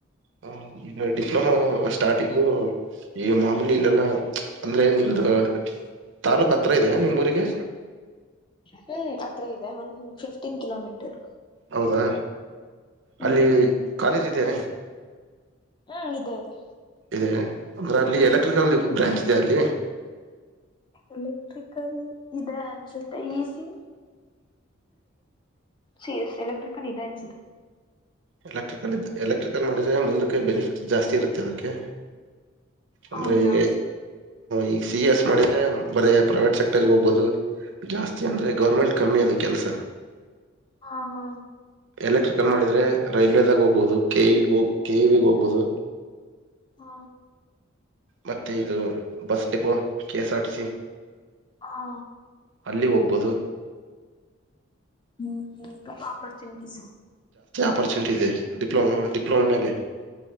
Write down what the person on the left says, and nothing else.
ಹ್ಮ್ ಅತ್ರ ಇದೆ ಒಂದ ಫಿಫ್ಟೀನ್ ಕಿಲೋಮೀಟರ್.
ಹ್ಮ್
ಹ್ಮ್ ಇದೆೇ ಇದೆ.
ಎಲೆಕ್ಟ್ರಿಕಲ್ ಇದೆ ಅನ್ಸುತ್ತೆ ಈ ಸಿ ಸಿ ಎಸ್ ಎಲೆಕ್ಟ್ರಿಕಲ್ ಇದೆ ಅನ್ನಿಸುತ್ತೆ.
ಹೌದಾ
ಹಾ ಹಾ
ಹಾ
ಹಾ
ಹ್ಮ್ ಹ್ಮ್ ಆಪರಚುನಿಟಿ